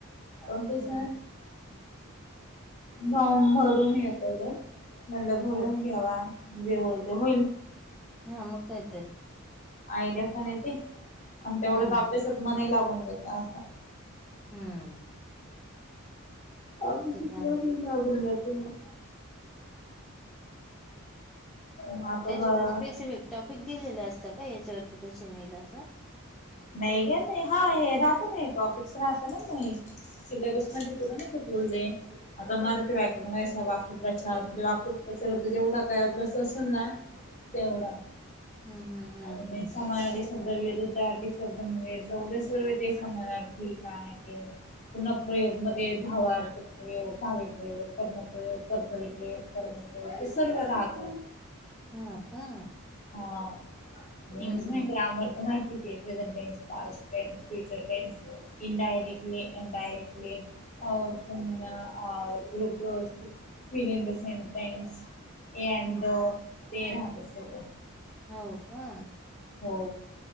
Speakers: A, in the centre; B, on the left.
A: हम्म
B: पण कस
A: हम्म
B: दऊ भरून हे करूया. मणलं भरून
A: हम्म.
B: घ्यावा जेवळ ते होईल
A: हा मुकायत र
B: आयडिया पण येते आणि तेवढंच
A: हम्म
B: आपल्यासच मनाही लागून जातं असं
A: हम्म
B: अ म
A: ते तर आहेच.
B: तगून जातो ना मग आता
A: त्या
B: ब
A: स्पेसिफिक टॉपिक दिलेले असतं का याच्यावरती क्वेश्चन येईल असं
B: नाही का नाही हा हे राहत ना टॉपिक्स राहत ना म सिलेबस म त तुरा ना ख बोल दे आता मराठी वाकचा वाकू प्रचार म्हणजे वाको प्रचाराचा जेवढा काही अभ्यास असेल ना तेवढा
A: हम्म हम्म हम्म
B: आणि
A: हम्म
B: समानाचे शब्द वेत शब्द म्हणजे चौद रुपये ते समरणार्थी काय ते पर्ण प्र्रयोग मध्ये भाव् प्रयोग भावे प्र्रयोग कर्मप्रयोग कर्तरी प्रयोग ते सर्व राहतो
A: हा का
B: हा नेच
A: हम्म
B: माहिती
A: हम्म
B: आम तर माहितीच present tense past tense future tense indirectly indirectly अ ग्रुप फ इ द ट यांड
A: हम्म
B: तेरा तसेल
A: हो का
B: हो